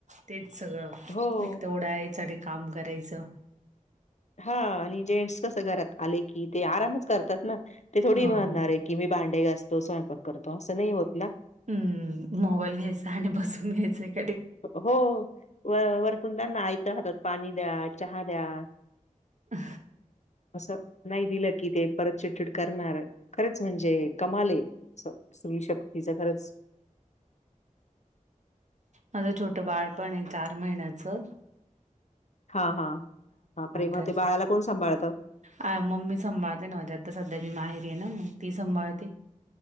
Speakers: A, on the right; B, on the left.
A: तेच सगळं
B: हो.
A: एक तेवढं याच आणि काम करायचं.
B: हा आणि जेंट्स कस घरात आले की ते आरामच करतात ना, ते थोडी
A: हो.
B: म्हणार आहेत कि मी भांडे घासतो, स्वयंपाक करतो असं नाही होत ना.
A: हम्म मोबाईल घ्यायचा आणि बसून घ्यायचंय एक
B: हो व वरतून त्यांना आयतं हातात पाणी द्या, चहा द्या.
A: अ
B: असं नाही दिलं की, ते परत चिडचिड करणार खरंच म्हणजे कमाल आहे असं स्त्री शक्तीचा खरंच.
A: माझं छोटं बाळ पण आहे चार महिन्याचं.
B: हा हा हा प बाप रे
A: तर
B: मग ते बाळाला कोण सांभाळतं?
A: अ मम्मी सांभाळते ना माझ्या आता सध्या मी माहेरीय ना मग ती सांभाळते.